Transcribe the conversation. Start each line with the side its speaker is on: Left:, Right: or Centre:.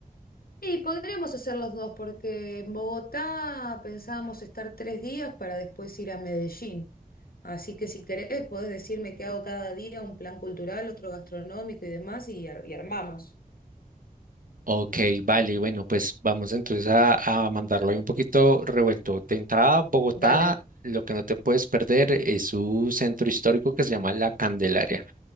Left: Y podríamos hacer los dos, porque en Bogotá pensábamos estar tres días para después ir a Medellín. Así que si querés, podés decirme qué hago cada día, un plan cultural, otro gastronómico y demás, y, ar- y armamos.
Right: Ok, vale, bueno, pues vamos entonces a, a mandarlo ahí un poquito revuelto. De entrada, Bogotá,
Left: Dale.
Right: lo que no te puedes perder es su centro histórico que se llama La Candelaria.